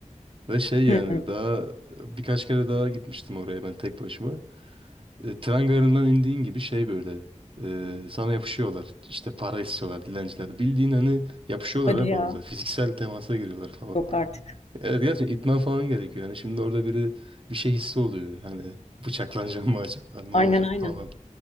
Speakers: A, on the right; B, on the left.
A: Ve şey yani
B: Hı.
A: daha birkaç kere daha gitmiştim oraya ben tek başıma. E, tren garından indiğin gibi şey böyle e, sana yapışıyorlar. İşte para istiyorlar dilenciler. Bildiğin hani yapışıyorlar
B: Hadi
A: hep
B: ya.
A: orada. Fiziksel temasa giriyorlar falan.
B: Yok artık.
A: Evet gerçekten itmen falan gerekiyor. Yani şimdi orada biri bir şey hissi oluyor. Hani bıçaklanacağım mı acaba? Ne
B: Aynen
A: olacak
B: aynen.
A: falan.